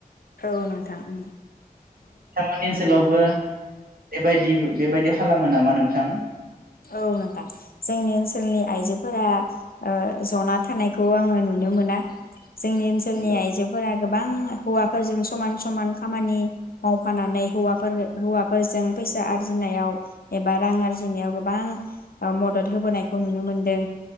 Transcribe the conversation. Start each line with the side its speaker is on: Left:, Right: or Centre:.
Left: औ नोंथां ओम
Right: साम'नि ओनसोलावबो बेबायदि बेबायदि खालामो नामा नोंथां?
Left: औ नोंथां जोंनि ओनसोलनि आइजोफोरा ओ जना थानायखौ आङो नुनो मोना। जोंनि ओनसोलनि
Right: नंगौ
Left: आइजोफोरा गोबां हौवाफोरजों समान समान खामानि मावफानानै हौवाफोर हौवाफोरजों फैसा आरजिनायाव एबा रां आरजिनायाव गोबां मदद होबोनायखौ नुनो मोनदों